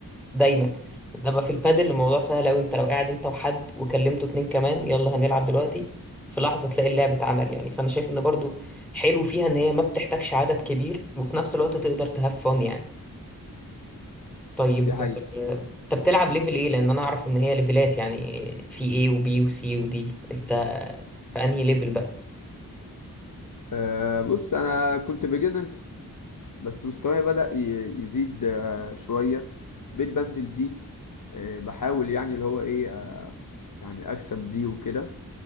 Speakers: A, in the centre; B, on the left.
A: دايما انما في البادل الموضوع سهل قوي انت لو قاعد انت وحد وكلمته اتنين كمان يلا هنلعب دلوقتي في لحظه تلاقي اللعب اتعمل يعني فانا شايف ان برضو حلو فيها ان هي ما بتحتاجش عدد كبير وفي نفس الوقت تقدر تهاف فن يعني طيب
B: دي حقيقة
A: آه، انت بتلعب ليفل ايه لان انا اعرف ان هي ليفلات يعني في ايه وبي وسي ودي انت في انهي ليفل بقى
B: آه بص أنا كنت بيجنرز بس مستواي بدأ ي- يزيد آه شوية بقيت بنزل دي آه بحاول يعني اللي هو إيه آه يعني أكسب دي وكده